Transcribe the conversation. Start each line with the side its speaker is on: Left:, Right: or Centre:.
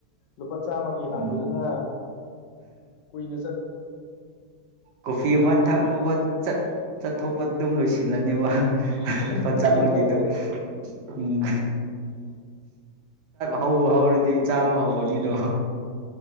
Left: ꯂꯨꯄꯥ ꯆꯥꯝꯃꯒꯤ
Right: ꯎꯝ
Left: ꯍꯥꯟꯕꯗꯨꯅ ꯀꯨꯏꯅ ꯆꯠ
Right: ꯀꯣꯐꯤ ꯑꯃ ꯊꯥꯔꯨꯕꯠ ꯆꯠ ꯆꯠꯊꯣꯛꯄ ꯑꯗꯨꯝ ꯂꯣꯏꯁꯤꯜ ꯅꯦꯕ
Left: ꯑꯗꯨꯝ
Right: ꯂꯨꯄꯥ
Left: ꯆꯠꯈꯤꯕꯗ
Right: ꯆꯥꯝꯃꯒꯤꯗꯨ
Left: ꯂꯣꯏꯔꯦ
Right: ꯎꯝ ꯍꯧꯕ ꯍꯧꯔꯗꯤ ꯆꯥꯕ ꯍꯧꯔꯅꯤꯗꯣ